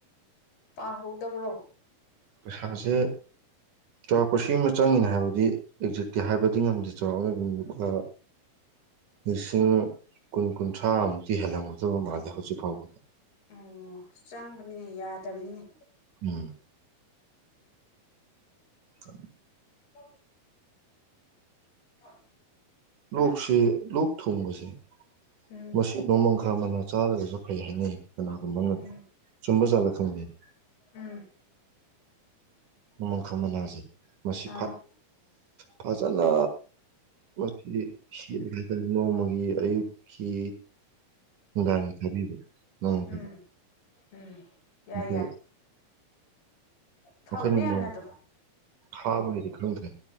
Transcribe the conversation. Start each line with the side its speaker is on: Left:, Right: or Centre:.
Left: ꯄꯥꯍꯧꯗꯕ꯭ꯔꯣ
Right: ꯄꯩꯁꯥꯁꯦ ꯆꯥꯎꯔꯥꯛꯄꯁꯤ ꯑꯃ ꯆꯪꯉꯤꯅꯦ ꯍꯥꯏꯕꯗꯤ ꯑꯦꯛꯖꯦꯛꯇꯤ ꯍꯥꯏꯕꯗꯤ ꯉꯝꯗꯦ ꯆꯥꯎꯔꯥꯛꯅ ꯌ ꯂꯤꯁꯤꯡ ꯀꯨꯟ ꯀꯨꯟꯊ꯭ꯔꯥꯃꯨꯛꯇꯤ ꯍꯦꯜꯂꯝꯒꯗꯕ ꯃꯥꯜꯂꯦ ꯍꯧꯖꯤꯛ ꯐꯥꯎꯕꯗ
Left: ꯑꯣ ꯆꯪꯕꯅꯤꯅꯦ ꯌꯥꯗꯕꯅꯤꯅꯦ
Right: ꯎꯝ ꯑ
Left: ꯍ ꯍ
Right: ꯂꯣꯛꯁꯤ ꯂꯣꯛ ꯊꯨꯡꯕꯁꯦ
Left: ꯎꯝ
Right: ꯃꯁꯤ ꯅꯣꯡꯃꯪꯈꯥ ꯃꯅꯥ ꯆꯥꯔꯒꯁꯨ ꯐꯩ ꯍꯥꯏꯅꯩꯌꯦ ꯀꯅꯥꯒꯨꯝꯕꯠꯇ
Left: ꯎꯝ
Right: ꯆꯨꯝꯕ ꯆꯥꯠꯂ ꯈꯪꯗꯦꯅꯤ
Left: ꯎꯝ
Right: ꯎꯃꯪꯈꯪꯃꯜꯦ ꯃꯁꯤ
Left: ꯑꯥ
Right: ꯐꯖꯅ ꯃꯁꯤ ꯁꯤꯔꯒꯇꯥ ꯅꯣꯡꯃꯒꯤ ꯒꯤ ꯑꯌꯨꯛꯀꯤ ꯅꯨꯡꯗꯥꯥꯡ ꯊꯥꯕꯤꯔ ꯊꯝ
Left: ꯎꯝ ꯎꯝ ꯌꯥꯏ
Right: ꯑꯗꯨ
Left: ꯌꯥꯏ ꯐꯕꯅꯦ
Right: ꯃꯈꯈꯣꯏꯅ
Left: ꯌꯥꯝꯅ
Right: ꯅꯃ
Left: ꯑꯗꯣ
Right: ꯊꯥꯕ ꯍꯥꯏꯗꯤ ꯈꯪꯈ꯭ꯔꯦ